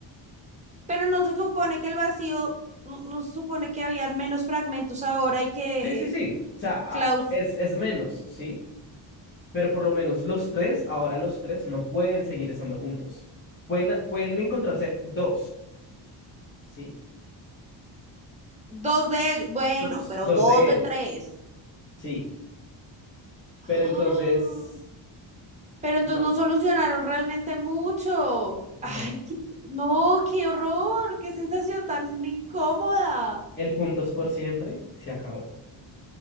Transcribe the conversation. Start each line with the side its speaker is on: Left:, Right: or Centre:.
Right: Pero no se supone que el vacío... No, no se supone que habían menos fragmentos ahora y que
Left: Sí, sí,
Right: eh,
Left: sí. O sea, a-
Right: Klaus,
Left: es, es menos, ¿sí? Pero por lo menos los tres, ahora los tres no pueden seguir estando juntos. Pueden, pueden encontrarse dos, ¿sí?
Right: dos de ellos, bueno,
Left: Dos,
Right: pero
Left: dos
Right: dos
Left: de
Right: de
Left: ellos,
Right: tres.
Left: sí.
Right: ¡Ah!
Left: Pero entonces,
Right: Pero entonces
Left: no.
Right: no solucionaron realmente mucho. Ay,
Left: no.
Right: qué- no, qué horror, qué sensación tan incómoda.
Left: El juntos por siempre se acabó.